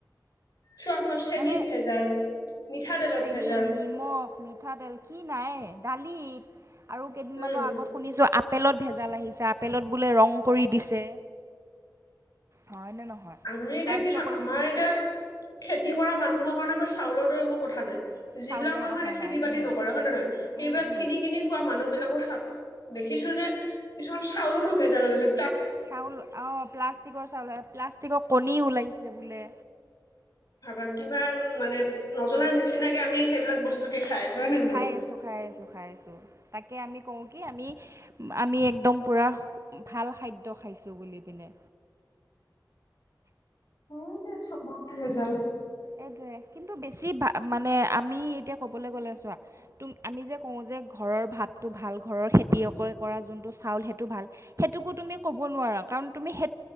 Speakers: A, on the left; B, on the right.
A: সশ চেনিত
B: মানে
A: ভেজাল মিঠাতেলত
B: চেনি
A: ভেজাল
B: নিমখ মিঠাতেল কি নাই দালিত আৰু কেইদিনমানৰ
A: উম
B: আগত শুনিছোঁ আ আপেলত ভেজাল আহিছে আপেলত বোলে ৰং কৰি দিছে হয়নে নহয়
A: আমি এতিয়া
B: তাৰপিছত
A: কিছু
B: কৈছে
A: আমাৰ এতিয়া খেতি কৰা মানুহ কাৰণে বা চাউলৰ একো কথা নাই যিবিলাক
B: চাউলৰ
A: মানুহ
B: কথা
A: এতিতে খেতি
B: নাই
A: বাতি
B: উম
A: নকৰে হয় নে নহয় সেইবিলাক
B: উম উম
A: কিনি কিনি খোৱা মানুহ বিলাকো চাওক দেখিছো যে কিছুমান চাউলতো ভেজাল হৈগৈছে
B: চাউল অ প্লাষ্টিকৰ চাউল প্লাষ্টিকৰ কণী ওলাইছে বোলে
A: বা কিমান মানে নজনা নিচিনাকে আমি সেইবিলাক বস্তু কে খাই আছো হয় নে নহয়
B: খাই আছো খাই আছো খাই আছো তাকে আমি কওঁ কি আমি আমি একদম পূৰা ভাল খাদ্য খাইছোঁ বুলি পিনে
A: হয়নে চবটে ভেজাল
B: এইেইটোৱে কিন্তু বেছি মানে আমি এতিয়া ক'বলৈ গ'লে চোৱা তু আমি যে কওঁ যে ঘৰৰ ভাতটো ভাল ঘৰৰ খেতিয়কে কৰা যোনটো চাউল সেইটো ভাল সেইটোকো তুমি ক'ব নোৱাৰা কাৰণ তুমি